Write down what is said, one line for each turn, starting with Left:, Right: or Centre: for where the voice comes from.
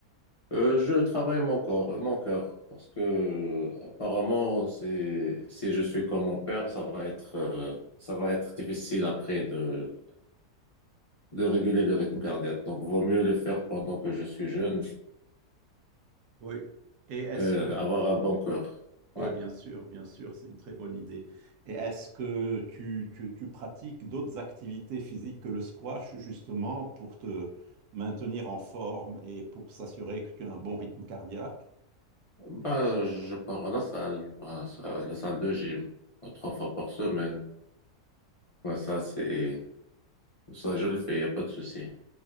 Left: euh, je travaille mon corps, mon cœur, parce que euh, apparemment, c'est, si je suis comme mon père, ça va être, euh, ça va être difficile après de, de réguler le rythme cardiaque. Donc, vaut mieux le faire pendant que je suis jeune,
Right: oui. Et est-ce
Left: euh,
Right: que.
Left: avoir un bon cœur.
Right: Oui,
Left: Ouais.
Right: bien sûr, bien sûr, c'est une très bonne idée. Et est-ce que tu, tu, tu pratiques d'autres activités physiques que le squash, justement, pour te maintenir en forme et pour s'assurer que tu as un bon rythme cardiaque?
Left: Ben, je pars à la salle, ben, ça- la salle de gym, euh, trois fois par semaine. Ben, ça, c'est, ça, je le fais, il n'y a pas de souci.